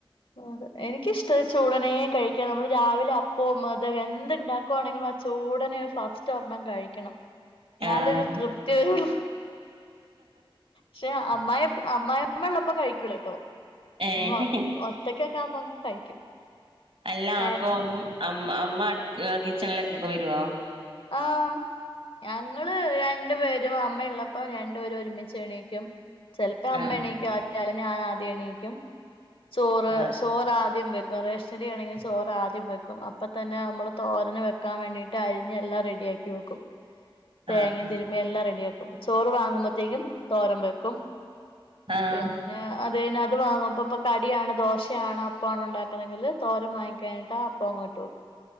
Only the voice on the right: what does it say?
ആഹ്
ഏഹ്
അല്ല
അപ്പൊ ഉം അം അമ്മ കിച്ചണിലേക്കൊക്കെ വരോ?
ആഹ്
ആഹ്
ആഹ് ആഹ്
ആഹ്